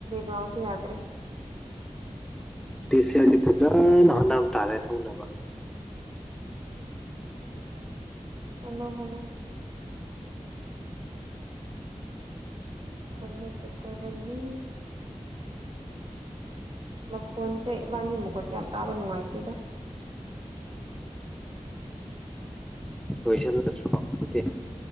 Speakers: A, on the right (about 50°); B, in the centre.
A: ꯒ꯭ꯔꯥꯎꯟꯁꯤ ꯌꯥꯗ꯭ꯔꯦ
B: ꯗꯦꯁꯦꯜꯒꯤ ꯐꯖꯅ ꯍꯣꯠꯅꯕ ꯇꯥꯔꯦ ꯊꯧꯅꯕ
A: ꯎꯝ ꯑꯣ ꯍꯅ ꯍꯃ ꯀꯠꯇꯕꯅꯤ ꯃꯈꯣꯟꯁꯦ ꯏꯕꯥꯅꯤ ꯃꯈꯣꯟꯁꯦ ꯌꯥꯝ ꯇꯥꯕ ꯅꯨꯡꯉꯥꯏꯇꯦꯗ
B: ꯂꯣꯏꯁꯜꯂꯂꯕꯨꯗꯤ